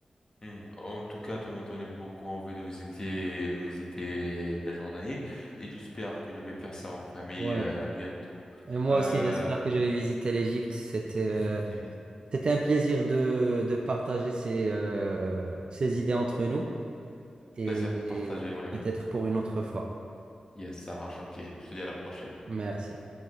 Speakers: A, on the left; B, on the right.
A: mhm. En tout cas, tu me donnes beaucoup envie de visiter, de visiter la Jordanie et j'espère que je vais faire ça en famille.
B: Ouais.
A: euh, à bientôt.
B: Et moi
A: Euh...
B: aussi, j'espère que je vais visiter l'Égypte. C'était euh,
A: <laughs>
B: c'était un plaisir de, de partager ces, euh, ces idées entre nous et
A: Plaisir
B: et
A: partagé, mon ami.
B: peut-être pour une autre fois.
A: Yes, ça marche. Ok, je te dis à la prochaine.
B: Merci.